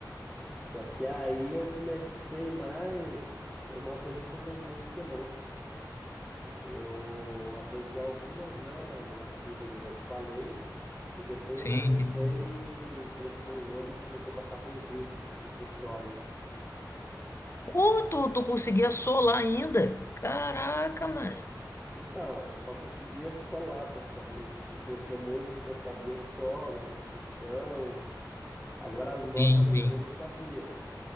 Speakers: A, in the centre; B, on the left (about 35°).
A: Só que aí eu comecei mais, eu não aprendi tantas músicas, não. Eu aprendi algumas, né? Olhando as cifras, igual eu te falei. E depois
B: Sim,
A: eu comecei
B: sim, sim.
A: a crescer o olho e comecei a passar para os riffs e para os solos.
B: Pô, tu, tu conseguia solar ainda? Caraca, mano.
A: Então, eu só conseguia solar praticamente. Tipo, tinha música que eu sabia o solo, a introdução. Agora as notas
B: Sim,
A: mesmo
B: sim.
A: eu não sabia.